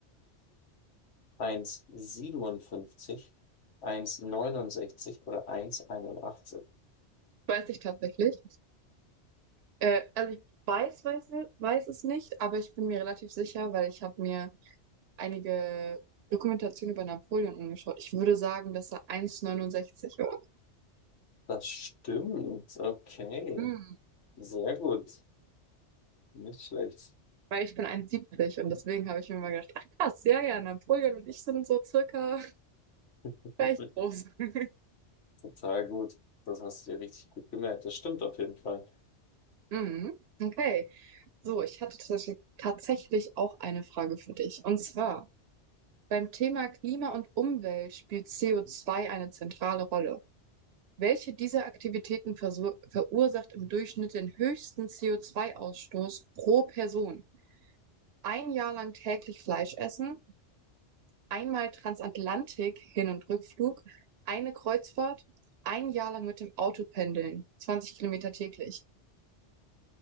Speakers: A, on the left; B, on the right.
A: 1,49, 1,57, neunundsechzig oder eins Komma einundachtzig?
B: Weiß ich tatsächlich. Äh, also ich weiß, weiß, ni- weiß es nicht, aber ich bin mir relativ sicher, weil ich habe mir einige Dokumentationen über Napoleon angeschaut. Ich würde sagen, dass er eins Komma neunundsechzig war,
A: Das stimmt. Okay.
B: Hm.
A: Sehr gut. Nicht schlecht.
B: weil ich bin eins Komma siebzig und deswegen habe ich mir mal gedacht, ach krass, ja, ja, Napoleon und ich sind so circa
A: <laughs>
B: gleich groß. <laughs>
A: Total gut. Das hast du dir richtig gut gemerkt. Das stimmt auf jeden Fall.
B: Mhm. Okay, so, ich hatte tatsächlich tatsächlich auch eine Frage für dich. Und zwar, beim Thema Klima und Umwelt spielt co zwei eine zentrale Rolle. Welche dieser Aktivitäten versu- verursacht im Durchschnitt den höchsten CO2-Ausstoß pro Person? Ein Jahr lang täglich Fleisch essen, einmal Transatlantik Hin- und Rückflug, eine Kreuzfahrt, ein Jahr lang mit dem Auto pendeln, 20 Kilometer täglich.